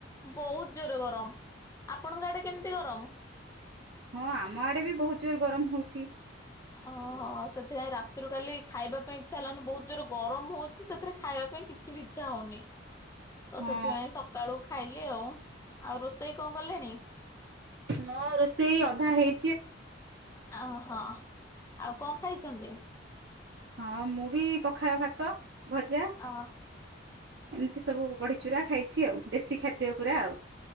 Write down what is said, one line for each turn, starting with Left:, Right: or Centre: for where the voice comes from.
Left: ବହୁତ ଜୋରେ ଗରମ ଆପଣଙ୍କ ଆଡେ କେମିତି ଗରମ।
Right: ହଁ ଆମ ଆଡେ ବି ବହୁତ ଜୋର ଗରମ ହଉଛି।
Left: ଓହୋ ସେଥିପାଇଁ ରାତିରୁ କାଲି ଖାଇବା ପାଇଁ ଇଛା ହେଲାନି ବହୁତ ଜୋର ଗରମ ହଉଛି ସେଥିରେ ଖାଇବା ପାଇଁ କିଛି ବି ଇଚ୍ଛା ହଉନି। ତ
Right: ହଁ
Left: ସେଥିପାଇଁ ସକାଳୁ ଖାଇଲି। <unintelligible> କଣ କଲେଣି
Right: ମୋ ରୋଷେଇ ଅଧା ହେ
Left: ଓହୋ। ଆଉ କଣ ଖାଇଛନ୍ତି।
Right: ହଁ ମୁଁ ବି ପଖାଳ ଭାତ। ଭଜା
Left: ଅ
Right: ଏମିତି ସବୁ ବଡ଼ି ଚୁରା ଖାଇଛି ଆଉ ଦେଶୀ ଖାଦ୍ୟ ପୁରା ଆଉ।